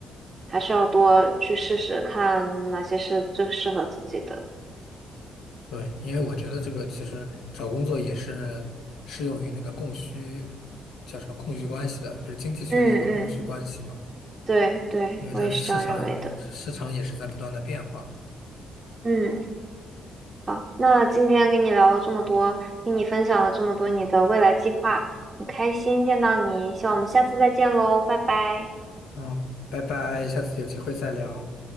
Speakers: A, on the right; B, on the left.
A: 还是要多去试试看哪些是最适合自己的。
B: 对，因为我觉得这个其实找工作也是适用于那个供需，叫什么供需关系的，就是经济学里有个供需关系嘛，
A: 嗯嗯。对对，
B: 因为它市场市场也是在不断的变化。
A: 我也是这样认为的。嗯，好，那今天跟你聊了这么多，听你分享了这么多你的未来计划，很开心见到你，希望我们下次再见喽，拜拜。
B: 嗯，拜拜，下次有机会再聊。